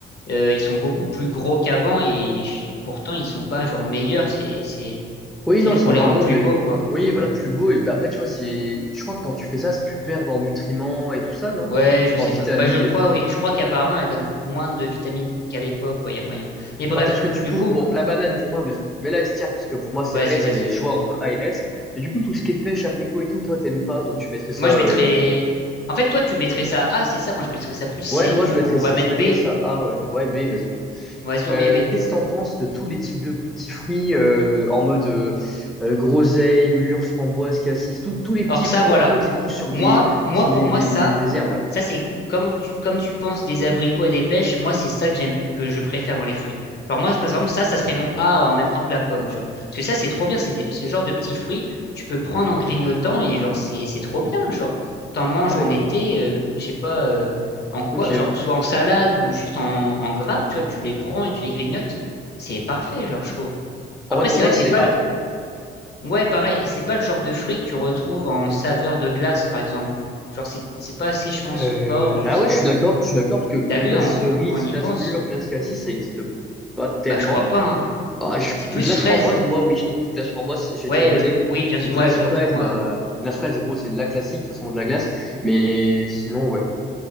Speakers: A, on the left; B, in the centre.
A: euh, ils sont beaucoup plus gros qu'avant et je- pourtant, ils sont pas genre meilleurs. C'est, c'est,
B: Oui,
A: c'est
B: non,
A: juste
B: ils sont
A: pour
B: normaux,
A: les rendre plus
B: mais.
A: beaux, quoi.
B: Oui, voilà,
A: Ouais.
B: plus beau. Et bah, après, tu vois, c'est. Je crois que quand tu fais ça, tu perds en nutriments et tout ça, non?
A: Ouais, je sais
B: En vitamines
A: pas. Bah, je crois,
B: et tout.
A: oui. Je crois qu'apparemment, elles donnent moins de vitamines qu'à l'époque, ouais, il y a moyen. Mais bref,
B: Ouais, parce que du
A: du
B: coup,
A: coup,
B: bon, la banane pour moi, mais, mais là, elle se tire, parce que pour moi, c'est
A: vas-y,
B: S,
A: vas-y.
B: mais je vois entre A et S. Mais du coup, tout ce qui est pêche, abricot et tout, toi, t'aimes pas, donc tu mettrais ça.
A: Moi, je
B: euh,
A: mettrais, en fait, toi, tu mettrais ça A, c'est ça. Moi, je mettrais ça plus C,
B: Ouais, moi,
A: tu
B: je
A: vois.
B: mettrais,
A: Donc, on
B: je
A: va mettre
B: mettrais
A: B.
B: ça A, ouais. Ouais, B, vas-y.
A: Vas-y, on
B: Euh,
A: met B.
B: qu'est-ce que t'en penses de tous les types de petits fruits euh, en mode euh, euh, groseille, mûre, framboise, cassis, tout- tous les petits
A: Or, ça,
B: fruits
A: voilà.
B: un peu qui poussent sur
A: Moi,
B: des,
A: moi,
B: sur
A: pour
B: des,
A: moi,
B: des,
A: ça,
B: des herbes, là?
A: ça, c'est comme tu, comme tu penses des abricots et des pêches, moi, c'est ça que j'aime, que je préfère dans les fruits. Alors moi, par exemple, ça, ça serait mon A en même temps que la pomme, tu vois. Parce que ça, c'est trop bien, c'est des- ce genre de petits fruits, tu peux prendre en grignotant et genre, c'est, c'est trop bien, genre. T'en manges
B: Ah, mais,
A: en été, euh, je sais pas, euh, en quoi,
B: ok.
A: genre, que ce soit en salade ou juste en, en grappe, tu vois, tu les prends et tu les grignotes, c'est parfait, genre, je trouve.
B: En
A: Après,
B: vrai, pour
A: c'est
B: moi,
A: vrai que
B: c'est
A: c'est pas
B: A.
A: Ouais, pareil, c'est pas le genre de fruit que tu retrouves en saveur de glace, par exemple. Genre, c'est c'est pas assez, je pense,
B: Euh,
A: fort, je
B: ah
A: sais
B: ouais,
A: pas.
B: je suis d'accord, je suis d'accord, parce que
A: T'as
B: glace
A: vu, on,
B: cerise,
A: on, on y
B: glace
A: pense?
B: mûre, glace cassis, ça existe pas tellement.
A: Bah, je crois pas, hein.
B: Bah, je-
A: C'est plus
B: glace
A: fraise.
B: framboise, moi, oui, je trouve. Glace framboise, j'ai
A: Ouais,
B: déjà goûté.
A: euh, oui, bien sûr.
B: Glace
A: Ouais, glace
B: fraise,
A: framboise,
B: bah,
A: ouais.
B: glace fraise, gros, c'est de la classique, de toute façon, de la glace. Mais sinon, ouais.